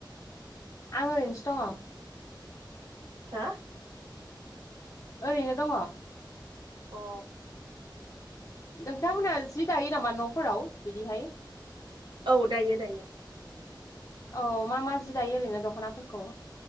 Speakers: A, on the left; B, on the right.
A: आं ओरैनोसो दङ
B: हा
A: ओरैनो दङ
B: अ
A: नोंथांमोनहा जि दायो नामा न'फोराव बिदिहाय
B: औ दायो दायो
A: औ मा मा जि दायो ओरैनो दख'नाफोरखौ